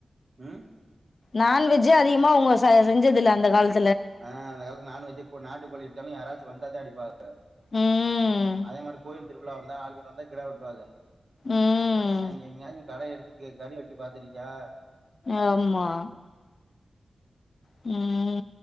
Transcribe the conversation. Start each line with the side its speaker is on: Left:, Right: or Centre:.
Right: ம்
Left: நான்வெஜ்ஜே அதிகமா உங்க செஞ்சதில்ல அந்த காலத்து
Right: ஆ அந்தகாலத்துல நான் வெஜ் இப்பரு நாட்டு கோழி எடுத்தாலு யாரச்சு வந்தாதா எடுப்பாக
Left: ம்
Right: அதே மாரி கோயில் திருவிழா வந்த ஆர்க வந்தா கெடா வெட்டுவாங்க
Left: ம்
Right: நாங்க எங்கயாதுக் கடை எடு க்கு கறி வெட்டி பாத்ருக்கியா
Left: ஆம்மா ம்